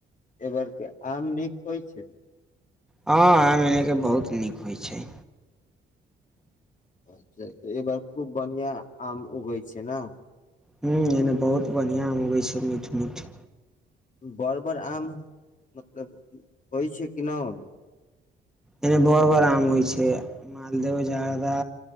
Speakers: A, on the left; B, in the centre.
A: ए बेर क आम नीक होइ छै
B: हँऽ आम एन कऽ बहुत नीक होइ छै
A: अच्छा तऽ एहि बार खूब बढ़िआँ आम उगै छै न
B: हु एने बहुत बढ़िआँ अबै छै मीठ मीठ
A: बरबर आम मतलब होइ छै कि नहि होै
B: एमे बर बर आम होइ छै मालदह जर्दा